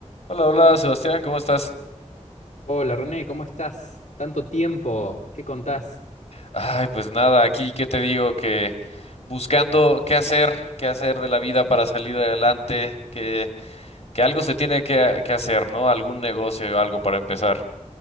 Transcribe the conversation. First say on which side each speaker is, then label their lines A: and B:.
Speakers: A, on the left (about 60°); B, on the left (about 85°).
A: Hola, hola, Sebastián, ¿cómo estás?
B: Hola René, ¿cómo estás? Tanto tiempo, ¿qué contás?
A: Ay, pues nada, aquí qué te digo que buscando qué hacer, qué hacer de la vida para salir adelante, que, que algo se tiene que, que hacer, ¿no? Algún negocio o algo para empezar.